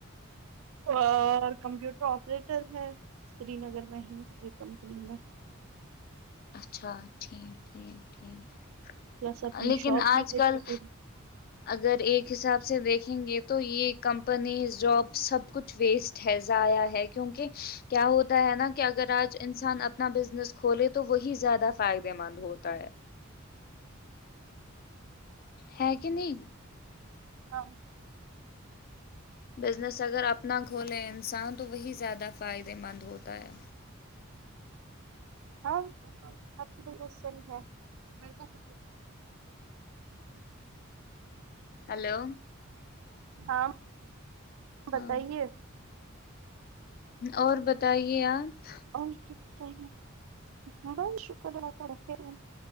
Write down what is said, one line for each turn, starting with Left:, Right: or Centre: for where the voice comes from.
Right: اور کمپیوٹر آپریٹر ہے سری نگر میں ہی ایک کمپنی میں
Left: اچھا <unintelligible> ٹھیک ٹھیک ٹھیک
Right: پلس اپنی
Left: لیکن
Right: شاپ
Left: آج
Right: بھی ہے
Left: کل اگر ایک حساب سے دیکھیں گے تو یہ کمپنیز جاب سب کچھ ویسٹ ہے ضیاء ہے کیونکہ کیا ہوتا ہے نا کہ اگر آج انسان اپنا بزنس کھولے تو وہی زیادہ فائدے مند ہوتا ہے ہے کہ نہیں
Right: ہاں
Left: بزنس اگر اپنا کھولے انسان تو وہی زیادہ فائدے مند ہوتا ہے
Right: ہاں اپ کی بات صحیح ہے <unintelligible>
Left: ہلو
Right: ہاں
Left: ہاں
Right: بتائیے
Left: اور بتائیے آپ
Right: اور کیا ب بس شکر ادا کرتے ہیں